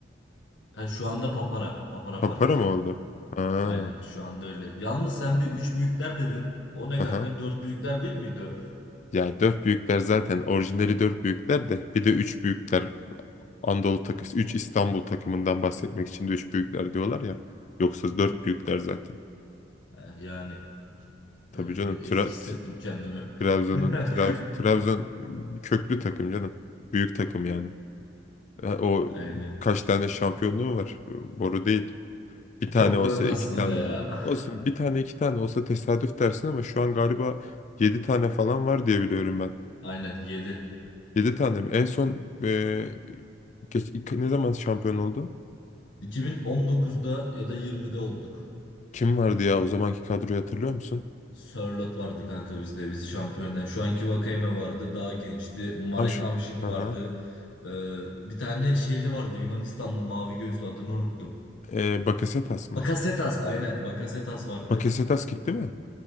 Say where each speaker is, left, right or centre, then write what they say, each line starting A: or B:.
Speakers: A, on the left; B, on the left.
A: şu anda Papara. Papara
B: Papara
A: Park.
B: mı oldu? Ha,
A: Aynen şu anda öyle. Yalnız sen bir 3 büyükler dedin. O ne
B: aha.
A: kanka? dört büyükler değil miydi o?
B: Ya dört büyükler zaten orijinali dört büyükler de bir de üç büyükler Anadolu takısı, üç İstanbul takımından bahsetmek için de üç büyükler diyorlar ya. Yoksa dört
A: Hı.
B: büyükler zaten.
A: Eh, Yani
B: Tabii
A: öyle
B: canım
A: bir
B: Tra-
A: ezik hissettim
B: T-
A: kendimi.
B: Trabzon'un
A: <laughs>
B: Trab- Trabzon köklü takım canım. Büyük takım yani. Ha, O
A: Aynen.
B: kaç tane şampiyonluğu var? Boru değil. Bir tane
A: Çok
B: olsa
A: da yok
B: iki
A: aslında
B: tane.
A: ya.
B: Olsun
A: <laughs>
B: bir tane iki tane olsa tesadüf dersin ama şu an galiba yedi tane falan var diye biliyorum ben.
A: Aynen 7.
B: Yedi tane mi? En son e, geç- ne zaman şampiyon oldu?
A: 2019'da ya da 20'de olduk.
B: Kim vardı ya o zamanki kadroyu hatırlıyor musun?
A: Sörloth vardı kanka bizde bizi şampiyondan. Şu anki Vakayeme vardı daha gençti. Marek
B: Ha şu,
A: Hamšík
B: aha.
A: vardı. Ee, bir tane şeyli vardı Yunanistanlı mavi gözlü adını unuttum.
B: E, Bakasetas mı?
A: Bakasetas aynen Bakasetas vardı.
B: Bakasetas gitti mi?